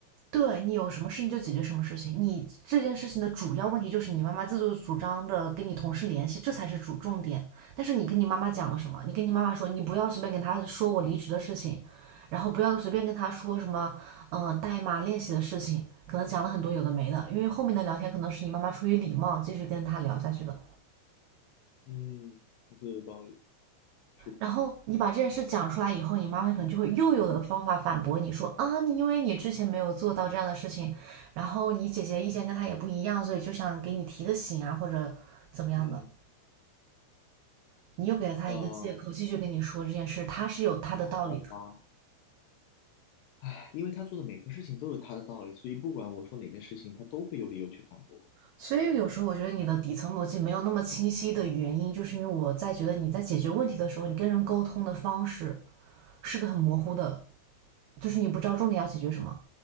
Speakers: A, on the right; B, on the left.
A: 对你有什么事情就解决什么事情，你这件事情的主要问题就是你妈妈自作主张的跟你同事联系，这才是主重点。但是你跟你妈妈讲了什么？你跟你妈妈说你不要随便跟她说我离职的事情，然后不要随便跟她说什么嗯、呃代码练习的事情，可能讲了很多有的没的，因为后面的聊天可能是你妈妈出于礼貌继续跟她聊下去的。
B: 嗯，这个有道理，是的，
A: 然后你把这件事讲出来以后，你妈妈可能就会又有的方法反驳你说啊，你因为你之前没有做到这样的事情，然后你姐姐意见跟她也不一样，所以就想给你提个醒啊，或者怎么样的，
B: 嗯，
A: 你又给了她一个借口，
B: 呃，
A: 继续跟你说这件事，她是有她的道理的。
B: 好吧，唉因为他做的每个事情都有他的道理，所以不管我说哪件事情，他都会有理由去反驳。
A: 所以有时候我觉得你的底层逻辑没有那么清晰的原因，就是因为我在觉得你在解决问题的时候，你跟人沟通的方式是个很模糊的，就是你不知道重点要解决什么。